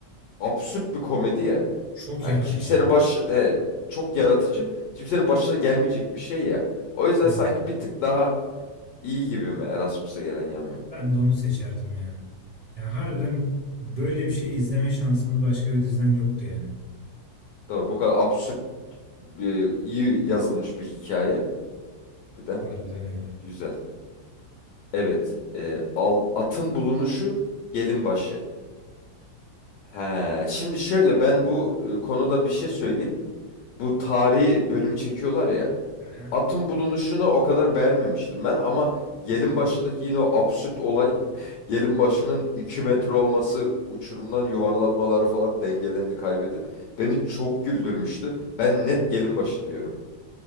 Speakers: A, on the left; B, on the right.
A: absürt bir komedi ya.
B: çok
A: Hani
B: yaratıcı
A: kimsenin
B: ya.
A: başı e, çok yaratıcı, kimsenin başına gelmeyecek bir şey ya. O yüzden
B: Evet.
A: sanki bir tık daha iyi gibi mi Erasmus'la gelen Yamyam?
B: Ben de onu seçerdim ya. Ya harbiden böyle bir şey izleme şansımız başka bir diziden yoktu yani.
A: Doğru. Bu kadar absürt bir, iyi yazılmış bir hikaye. Birden
B: Harbiden öyle.
A: güzel. Evet. e, al, atın bulunuşu gelin başı. He, şimdi şöyle ben bu e, konuda bir şey söyleyeyim. Bu tarihi bölüm çekiyorlar ya.
B: Aha.
A: atın
B: <laughs>
A: bulunuşunu o kadar beğenmemiştim ben ama gelin başındaki yine o absürt olay gelin başının 2 metre olması uçurumdan yuvarlatmaları falan dengelerini kaybedip beni çok güldürmüştü. Ben net gelin başı diyorum.